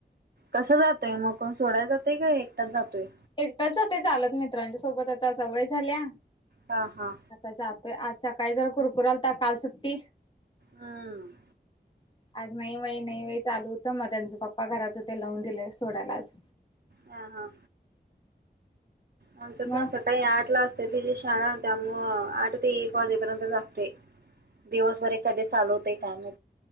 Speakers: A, on the right (about 60°); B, on the left (about 30°).
A: कसं जातोय मग कोण सोडाय जातय का एकटाच जातोय?
B: एकटाच जातय चालत मित्रांच्या सोबत आता सवय झाल्या
A: हा हा
B: आता जात य आज सकाळी जरा कुरकुरालता काल सुट्टी
A: हम.
B: आज नाई वय नाई वय चालू होतं. मग त्यांच पप्पा घरात होते लावून दिले सोडायला आज.
A: हां हा. आमच्याते
B: मग
A: पण सकाळी आठला असते तिची शाळा त्यामुळं आठ ते एक वाजेपर्यंतच आसते. दिवसभर एकाधी चालवतय काम.